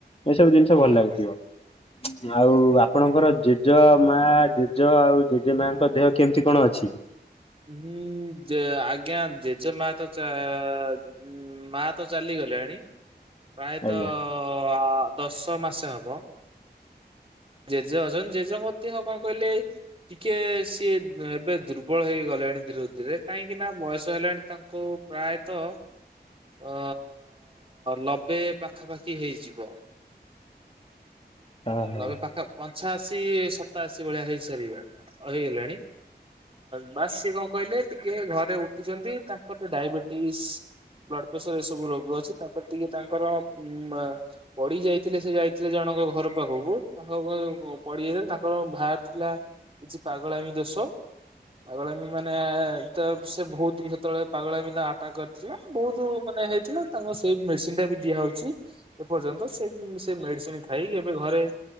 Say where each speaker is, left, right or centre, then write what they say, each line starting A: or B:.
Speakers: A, on the left; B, on the right.
A: ଏସବୁ ଜିନିଷ
B: ହଁ।
A: ଭଲ ଲାଗୁଥିବ। ଆଉ ଆପଣଙ୍କର ଜେଜେ ମା ଜେଜ ଆଉ ଜେଜେମାଙ୍କ ଦେହ କେମିତି କଣ ଅଛି?
B: ହୁଁ ଯେ ଆଜ୍ଞା ଜେଜେମା ଚା ଉଁ ମା ତ ଚାଲିଗଲେଣି ପ୍ରାୟତଃ
A: ଆଜ୍ଞା।
B: ଅ ଦଶ ମାସ ହବ ଜେଜେ ଅଛନ୍ତି ଜେଜେଙ୍କ ଦେହ କଣ କହିଲେ ଟିକିଏ ସିଏ ଏବେ ଦୁର୍ବଳ ହେଇଗଲ ଲେଣି ଧୀରେ ଧୀରେ କାହିଁକି ନା ବୟସ ହେଲାଣି ତାଙ୍କୁ ପ୍ରାୟତ ଅ ଲବେ ପାଖାପାଖି ହେଇଯିବ।
A: ହଁ ହଁ
B: ନବେ ପାଖ ପଞ୍ଚାଅଶି ସତାଅଶି ଭଳିଆ ହେଇ ସାରିବଣି ହେଇଗଲେଣି। ବାସ ସେ କଣ କହିଲେ ଟିକେ ଘରେ ଉଠୁଛନ୍ତି ତାଙ୍କର ଡାଇବେଟିସ୍ ବ୍ଲଡ ପ୍ରେସର ଏ ସବୁ ରୋଗ ଅଛି ତାପରେ ଟିକେ ତାଙ୍କର ଉ ପଡି ଯାଇଥିଲେ ସେ ଯାଇଥିଲେ ଜଣଙ୍କ ଘର ପାଖକୁ ତାଙ୍କ ପଡି ଯାଇଥିଲା ତାଙ୍କର ବାହାରି ଥିଲା କିଛି ପାଗଳାମି ଦୋଷ। ପାଗଳମୀ ମାନେ ତ ସେ ବହୁତ ସେତେବେଳେ ପାଗଳାମି ଆଟାକ୍ କରି ଥିଲା ବହୁତ ମାନେ ହେଇଥିଲା ତାଙ୍କ ସେଇ ମେଡିସିନ ଟା ବି ଦିଆ ହଉଛି। ଏପର୍ଯ୍ୟନ୍ତ ସେ ସେ ମେଡିସିନ ଖାଇକି ଏବେ ଘରେ